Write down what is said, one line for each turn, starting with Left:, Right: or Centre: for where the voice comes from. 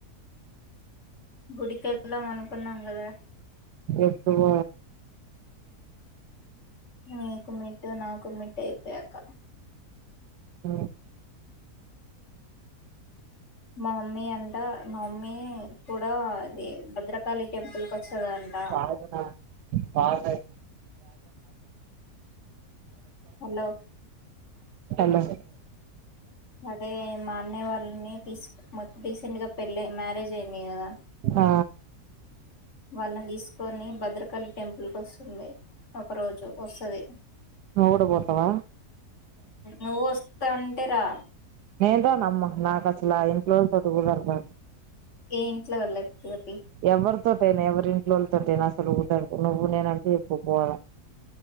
Left: గుడికెల్దాం అనుకున్నాం కదా
Right: ఎక్కువ
Left: నీకు మిడ్ నాకు మిడ్ అయిపోయాక
Right: అ
Left: మా మమ్మీ అంట మా మమ్మీ కూడా అది భద్రకాళి టెంపుల్ కి వచ్చేదంట
Right: <inaudible> పాసయి
Left: హలో
Right: హాలో
Left: అదే మా అన్నయ్య వాళ్ళని తీస్ రీసెంట్ గా పెళ్ళ మ్యారేజ్ అయింది కదా
Right: ఆ
Left: వాళ్ళని తీసుకొని భద్రకాళి టెంపుల్ కు వస్తుంది ఒక రోజు వస్తది
Right: నువు కూడ పోతవా
Left: నువ్ వస్తా అంటే రా
Right: నేన్ రానమ్మ నాకు అసలు ఆ ఇంట్లో వాళ్ళతో కుదరదు
Left: ఏ ఇంట్లో వాళ్ళతోటి
Right: ఎవరితోటైనా ఎవరి ఇంట్లోళ్ళతోటయినా అసలు కుదరదు నువ్వు నేనంటే ఎప్పు పోదాం